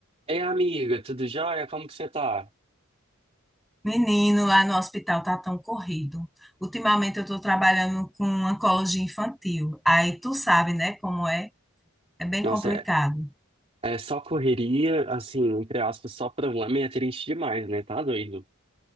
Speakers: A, on the right (about 25°); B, in the centre.
A: Ei, amiga, tudo jóia? Como que você tá?
B: Menino, lá no hospital tá tão corrido. Ultimamente eu tô trabalhando com oncologia infantil. Aí tu sabe, né, como é? É bem
A: Nossa,
B: complicado.
A: é, é só correria, assim, entre aspas, só problema e é triste demais, né? Tá doido.